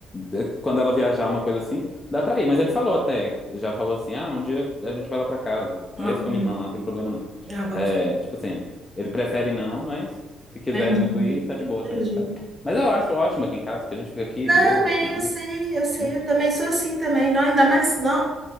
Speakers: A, on the left; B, on the right.
A: é, quando ela viajar, uma coisa assim, dá pra ir. Mas ele falou até, já falou assim, ah, um dia a gente vai lá pra casa,
B: Ah,
A: mesmo com
B: hum.
A: a minha irmã lá, não tem problema não.
B: Ah, boto-
A: É, tipo assim, ele prefere não, mas se quiser
B: Entendi,
A: muito ir, tá de boa
B: entendi.
A: também, sabe? Mas eu acho ótimo aqui em casa, que a gente fica aqui
B: Não,
A: de boa,
B: é,
A: tranquilo,
B: eu sei, eu sei,
A: enfim.
B: eu também sou assim também, não, ainda mais, não.